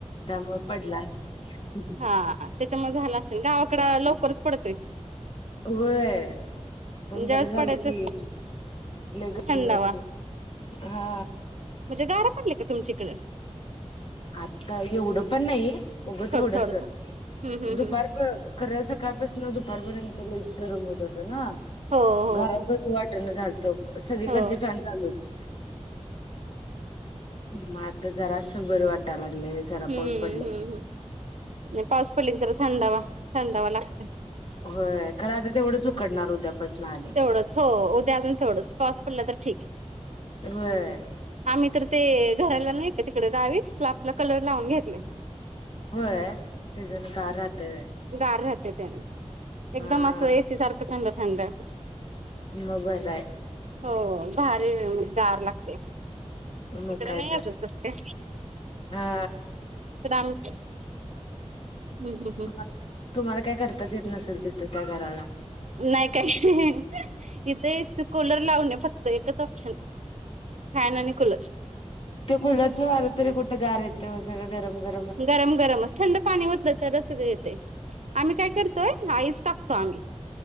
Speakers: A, on the left (about 50°); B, on the right (about 75°).
A: त्यामुळे पडला अस-
B: ''हां, त्याच्यामुळे झाला असेल, गावाकडं लवकरच पडतोय. ''
A: ''होय, पण
B: ज्यावेळेस
A: बरं झालं
B: पडायचा
A: की, '' लय गरमी
B: थंडावा
A: होते, हा.
B: म्हणजे, गारा पडल्या का तुमच्याकडं?
A: आता एवढं पण नाही, उगं
B: थोडं
A: थोडसं,
B: थोडं थोडं हम्म हम्म
A: दुपार-
B: हम्म
A: ''खरं सकाळपासून दुपारपर्यंत, लईच गरम होत होतं ना, ''
B: हो हो
A: घरत बसु वाटण झालतं. सगळीकडचे
B: हो
A: फॅन चालूच, ''म आता जरा असं बरं वाटायला लागलंय, जरा
B: हम्म
A: पाऊस पडला.
B: हम्म
A: ''
B: ''पाऊस पडले की जरा थंडावा, थंडावा लागतो. ''
A: ''व्हय, खरं आता तेवढंच उकडणार उद्यापासनं आली.
B: ''तेवढंच,
A: ''
B: हो उद्या अजून थोडासा पाऊस पडला तर ठीक. ''
A: व्हयं
B: ''आम्ही तर ते घराला नाही का तिकडे गावी, स्लापला कलर लावून घेतले. ''
A: ''व्हय, तेच्यान गार राहतये. ''
B: ''गार राहत त्याने, एकदम
A: हा
B: असं एसी सारखं थंड थंड, ''
A: मग बरं हाय,
B: हो, भारी गार लागते.
A: मग
B: तिकडं
A: काय
B: नाही
A: तर
B: अजून तसं काय,
A: हा
B: इकडं आमच्या- हं हं
A: तुम्हाला ''तुम्हाला काही करताच येत नसेल, तिथं त्या घराला. ''
B: ''नाही काही, इथे ऐसी कुलर लावल फक्त इथे ऑप्शन, '' फॅन आणि कूलर,
A: ''ते कूलरच वार तरी कुठं गार येत, सगळा गरम-गरम, ''
B: ''गरम गरमच, थंड पाणी ओतलं तरच‌ येते. '' ''आम्ही काय करतोय, आईस टाकतो आम्ही. ''